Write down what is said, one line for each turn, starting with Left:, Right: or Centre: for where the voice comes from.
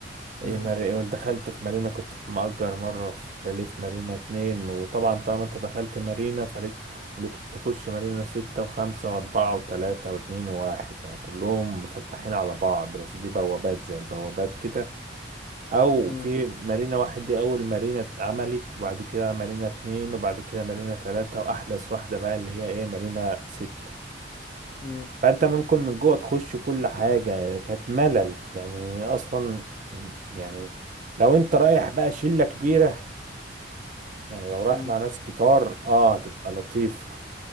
Right: ايه
Left: مم،
Right: مارينا دخلت في مارينا كنت في مأجر مره في شاليه في مارينا اتنين وطبعا طالما انت دخلت مارينا فليك ليك تخش مارينا ستة وخمسة وأربعة وتلاتة واتنين وواحد يعني كلهم مفتحين على بعض بس دي بوابات زي البوابات كده او
Left: مم،
Right: في مارينا واحد دي اول مارينا اتعملت وبعد كده مارينا اتنين وبعد كده مارينا تلاتة واحدث واحدة بقى اللي هي ايه مارينا ست
Left: مم،
Right: فانت ممكن من جوه تخش كل حاجة يعني كانت ملل يعني اصلا يعني لو انت رايح بقى شلة كبيرة يعني لو رايح
Left: مم.
Right: مع ناس كتار اه تبقى لطيفة